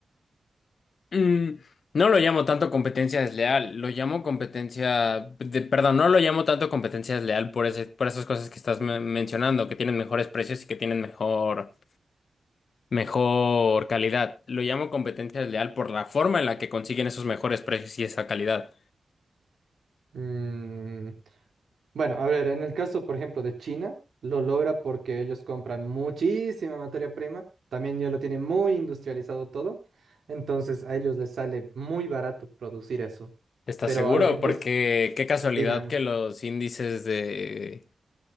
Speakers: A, on the left; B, on the right.
A: Mm, no lo llamo tanto competencia desleal, lo llamo competencia, de- perdón, no lo llamo tanto competencia desleal por ese, por esas cosas que estás me- mencionando, que tienen mejores precios y que tienen mejor, mejor calidad. Lo llamo competencia desleal por la forma en la que consiguen esos mejores precios y esa calidad.
B: Mm, Bueno, a ver, en el caso, por ejemplo, de China, lo logra porque ellos compran muchísima materia prima, también ya lo tienen muy industrializado todo, entonces a ellos les sale muy barato producir eso.
A: ¿Estás
B: Pero
A: seguro?
B: a ver, ¿en
A: Porque
B: qué es?
A: qué casualidad
B: Dime.
A: que los índices de,